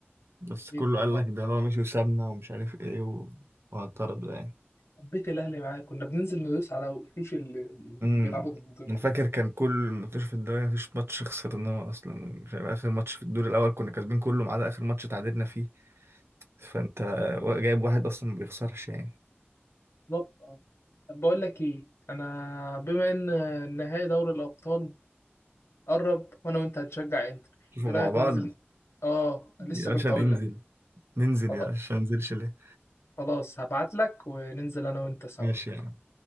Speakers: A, on the right; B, on the left.
A: بس
B: جديد
A: كله
B: والله
A: قال لك ده هو مشي وسابنا ومش عارف ايه و... وهطرد يعني
B: حبيت الاهلي معاك كنا بننزل ندوس على وشوش اللي
A: امم
B: بيلعبوا ضدنا
A: انا فاكر كان كل منتشر في الدوري مفيش ماتش خسرناه اصلا مش عارف اخر ماتش في الدور الاول كنا كاسبين كله ما عدا اخر ماتش تعادلنا فيه فانت جايب واحد اصلا ما بيخسرش يعني
B: بالظبط اه طب بقول لك ايه انا بما ان نهائي دوري الابطال قرب وانا وانت هتشجع انتر
A: شوفوا
B: ايه
A: مع
B: رايك
A: بعض
B: ننزل اه لسه
A: يا باشا
B: كنت
A: ننزل
B: اقول لك
A: ننزل
B: خلاص
A: يا باشا ما ننزلش ليه
B: خلاص هبعت لك وننزل انا وانت سوا
A: ماشي يا عم.